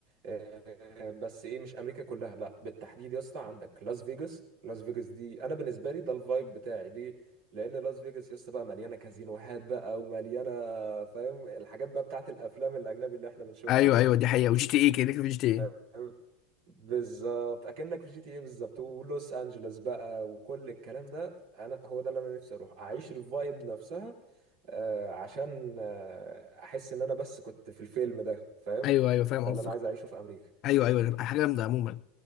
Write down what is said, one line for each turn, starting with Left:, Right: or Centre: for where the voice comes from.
Right: آه، بس ايه مش امريكا كلها لا بالتحديد يا اسطى عندك لاس فيجاس لاس فيجاس دي انا بالنسبه لي ده الفايب بتاعي ليه لان لاس فيجاس يا اسطى بقى مليانه كازينوهات بقى ومليانه فاهم الحاجات بقى بتاعت الافلام الاجنبي اللي احنا بنشوفها
Left: ايوه
Right: دي.
Left: ايوه دي حقيقه وجي تي اي كده كده في جي تي اي
Right: فاهم؟ بالظبط اكنك في جي تي ايه بالظبط ولوس انجلوس بقى وكل الكلام ده انا هو ده اللي انا نفسي اروح اعيش الفايب نفسها آه عشان آه احس ان انا بس كنت في الفيلم ده فاهم
Left: ايوه ايوه فاهم
Right: ده
Left: قصدك
Right: اللي انا عايز اعيشه في امريكا
Left: ايوه ايوه ده حاجه جامده عموما